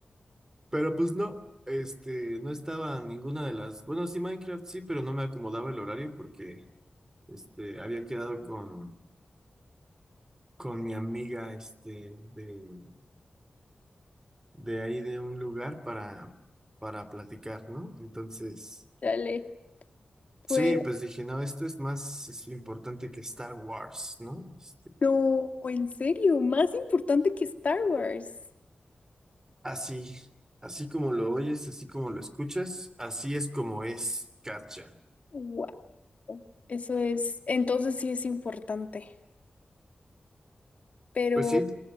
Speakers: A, on the right (about 20°); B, on the left (about 55°).
A: pero pues no, este, no estaba ninguna de las, bueno, sí, Minecraft sí, pero no me acomodaba el horario porque, este, había quedado con, con mi amiga, este, de de ahí de un lugar para, para platicar, ¿no? Entonces,
B: dale. Pues
A: sí, pues dije, no, esto es más es importante que Star Wars, ¿no? Este,
B: no, en serio, más importante que Star Wars.
A: así, así como lo oyes, así como lo escuchas, así es como es, Katja.
B: Wow, eso es, entonces sí es importante. Pero
A: Pues sí,